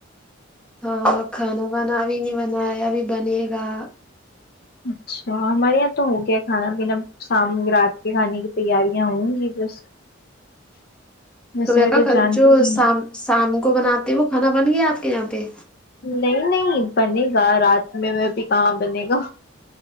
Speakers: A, in the centre; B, on the left (about 50°).
A: ہاں کھانا وانا ابھی نہیں بنایا ابھی بنے گا
B: اچھا ہمارے یہاں تو ہو گیا کھانا پینا شام رات کے کھانے کی تیاریاں ہوں گی بس ویسے
A: تو میں
B: بھی
A: کہ کل
B: جانتی
A: جو
B: ہی
A: شام شام کو بناتے وہ کھانا بن گیا آپ کے یہاں پہ
B: نہیں نہیں بنے گا رات میں میں بھی کہاں بنے گا